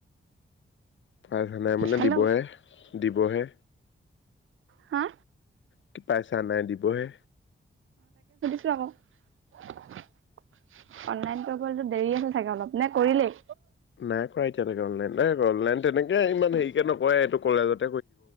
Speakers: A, on the left (about 65°); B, on the right (about 75°).
A: পোৱাই নাই মানে
B: হেল্ল'
A: দিবহে দিবহে।
B: হা
A: কি পাইচা নাই? দিবহে।
B: অনলাইনলেতো দেৰি আছে চাগে অলপ নে কৰিলেই?
A: নাই কৰা এতিয়ালৈকে অনলাইন নাই কৰা অনলাইন তেনেকে ইমান হেৰি কে নকয় এইটো কলেজত